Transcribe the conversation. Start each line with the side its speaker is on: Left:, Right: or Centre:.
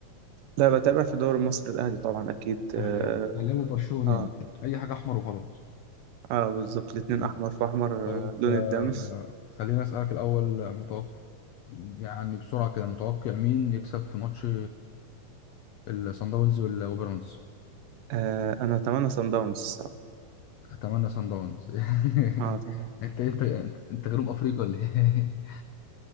Right: لا بتابع في الدوري المصري الأهلي طبعا أكيد آه,
Left: اهلاوي اهلاوي برشلوني
Right: آه
Left: يعني اي حاجه احمر وخلاص
Right: اه بالظبط الاتنين
Left: مم.
Right: احمر في احمر
Left: طيب
Right: آه، لون
Left: آه،
Right: الدم
Left: خليني اسالك الاول آه، متوقع يعني بسرعه كده متوقع مين يكسب في ماتش الصن داونز وال- وبيراميدز
Right: آه انا اتمنى سان داونز الصراحة.
Left: اتمنى صن داونز <laughs>
Right: اه طبعا
Left: انت انت انت أنت جنوب افريقيا ولا ايه <laughs>